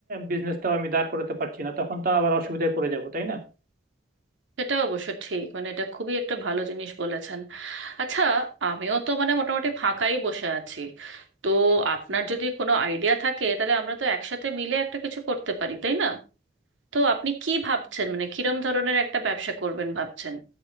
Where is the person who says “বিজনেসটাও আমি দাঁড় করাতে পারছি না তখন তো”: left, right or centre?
Right